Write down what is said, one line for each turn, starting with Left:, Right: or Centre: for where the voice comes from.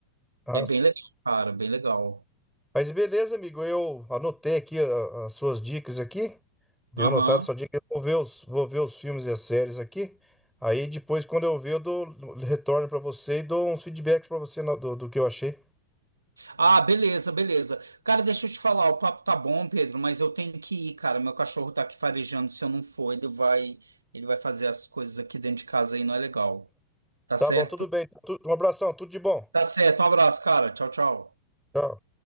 Centre: ah,
Right: É bem legal, cara, bem legal.
Centre: Mas beleza, amigo, eu anotei aqui a- as suas dicas aqui. Deu
Right: Aham.
Centre: notado sua dica, eu vou ver os, vou ver os filmes e as séries aqui. Aí depois, quando eu ver, eu dou, retorno pra você e dou uns feedbacks pra você na- do, do que eu achei.
Right: Ah, beleza, beleza. Cara, deixa eu te falar, o papo tá bom, Pedro, mas eu tenho que ir, cara. Meu cachorro tá aqui farejando, se eu não for, ele vai, ele vai fazer as coisas aqui dentro de casa aí, não é legal. Tá
Centre: Tá
Right: certo?
Centre: bom, tudo bem. Tu- Um abração, tudo de bom.
Right: Tá certo. Um abraço, cara. Tchau, tchau.
Centre: Tchau.